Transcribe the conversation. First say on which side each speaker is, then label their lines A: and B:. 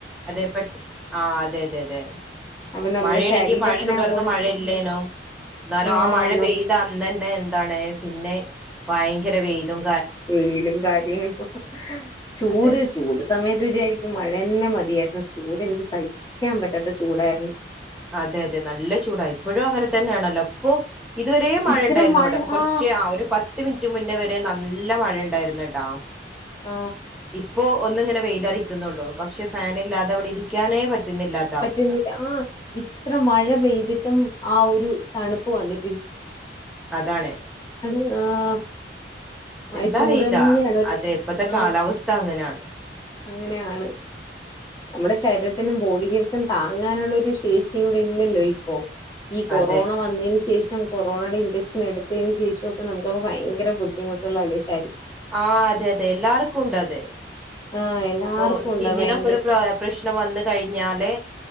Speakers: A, in the centre; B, on the left.
A: അതെ പെട്ട് ആ അതെ അതെ അതെ
B: അപ്പൊ നമ്മുടെ
A: മഴേണെങ്കി
B: ശരീരത്തിന്
A: മഴ തുടർന്ന്
B: ആ ബോഡി
A: മഴ ല്ലേനും ന്നാലോ
B: ആഹ്
A: ആ മഴ പെയ്ത അന്നെന്നെ എന്താണ് പിന്നെ വയങ്കര വെയ്ലും
B: വെയ്ലും കാര്യ യിട്ടും ചൂട്
A: അതെ
B: ചൂട് സമയത്ത് വിചാരിക്കും മഴെന്നെ മത് യായിരുന്നു ചൂട് എന്ത് സയ്ക്കാൻ പറ്റാത്ത ചൂടായിരുന്നു
A: അതെ അതെ നല്ല ചൂടാ ഇപ്പോഴു അങ്ങനെ തന്നെയാണല്ലോ പ്പൊ ഇതുവരേ മഴ
B: ഇത്തരം
A: ണ്ടായിരുന്നു
B: മഴ
A: വടെ പ്പ കുറച്ചെ
B: ആഹ്
A: ആ ഒരു പത്ത് മിൻറ്റ് മുന്നേ വരെ നൽ ല്ല മഴ ണ്ടായിരുന്നു ട്ടാ
B: ആ
A: പ്പോ ഒന്ന് ങ്ങനെ വെയ്ലറീക്ക്ന്നൊള്ളൂ പക്ഷെ ഫാൻ ഇല്ലാതെ വടെ ഇരിക്കാനേ പറ്റ് റ്റുന്നില്ലാത്ത
B: പറ്റുന്നില്ല
A: അവസ്ഥ
B: ആ ഇത്ര മഴ പെയ്തിട്ടും ആ ഒരു തണ്പ്പ് വന്നിട്ടിൽ
A: അതാണ്
B: ആ ആ
A: എന്താ
B: ചൂട്
A: അറിയില്ല
B: തന്നെയാണ് ഒരു
A: അതെ പ്പത്ത
B: ആ
A: കാലാവസ്ഥ അങ്ങനാണ്
B: അങ്ങനെയാണ് ഞമ്മടെ ശര് ത്തിനും ബോഡികൾക്കും താങ്ങാനുള്ളൊരു ശേഷി ഇവ്ടെ ഇല്ലല്ലോ ഇപ്പോ ഈ കൊറോണ
A: അതെ
B: വന്നേന് ശ് ശേഷം കൊറോണടെ ഇഞ്ചെക്ഷൻ എടുത്തേന് ശേഷമൊക്കെ നമുക്ക് അങ്ങ് ഭയങ്കര ബുദ്ധിമുട്ട്ള്ള അലോയ്‌ച്
A: ആ അതെ അതെ എല്ലാർക്കു ഉണ്ട് അത്
B: ആ എല്ലാർക്കും
A: ആ സ്കിന്നിനൊക്കെ
B: ഉണ്ട് ഭയങ്കര
A: ഒരു പ്രാ പ്രശ്നം വന്ന് കഴിഞ്ഞാലെ